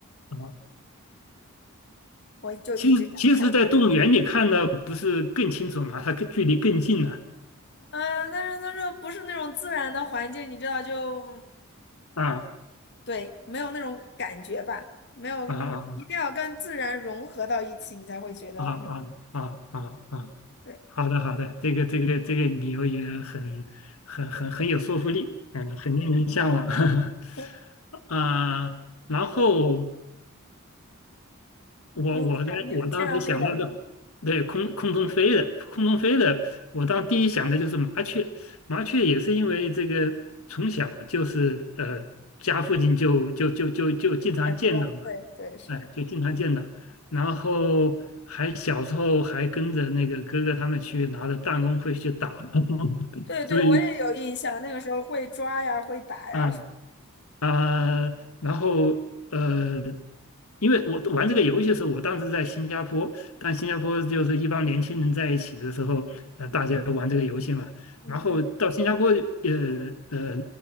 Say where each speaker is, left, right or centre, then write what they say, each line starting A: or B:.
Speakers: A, on the left; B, on the left.
A: 啊！
B: 我就一直想看，
A: 其实其实，在动物园里看的不是更清楚吗？它更距离更近了
B: 嗯，但是它这不是那种自然的环境，你知道就。
A: 啊
B: 对，没有那种感觉吧，没有，
A: 啊啊
B: 你一定要跟自然融合到一起，你才会觉得，
A: 啊啊啊啊啊！
B: 嗯，对，
A: 好的好的，这个这个这个理由也很很很很有说服力，嗯，很令人向往 <laughs>
B: <laughs>
A: 啊。然后我我的我当时想到的，
B: 陆地上、你天上飞的是吧？
A: 对空空中飞的空中飞的，我当第一想的就是麻雀，麻雀也是因为这个从小就是呃家附近就就就就就经常见到嘛，
B: 很多，对对是，
A: 哎，就经常见到，然后还小时候还跟着那个哥哥他们去拿着弹弓会去打，
B: 对对，
A: <laughs> 所以。
B: 我也有印象，那个时候会抓呀，会打呀，
A: 啊，
B: 是，
A: 啊、然后呃，因为我玩这个游戏的时候，我当时在新加坡，但新加坡就是一帮年轻人在一起的时候，呃，大家玩这个游戏嘛。
B: 嗯嗯，
A: 然后到新加坡，呃呃，